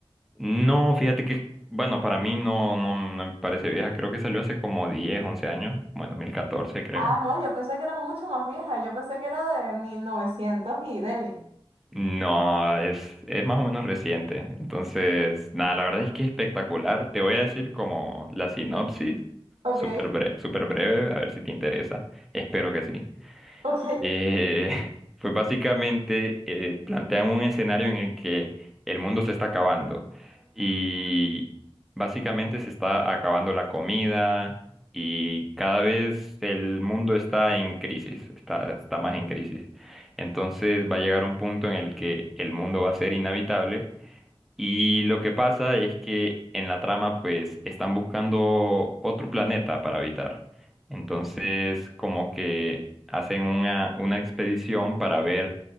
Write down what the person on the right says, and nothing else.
Ah, no, yo pensé que era mucho más vieja, yo pensé que era de 1900 y deli.
Ok,
ok.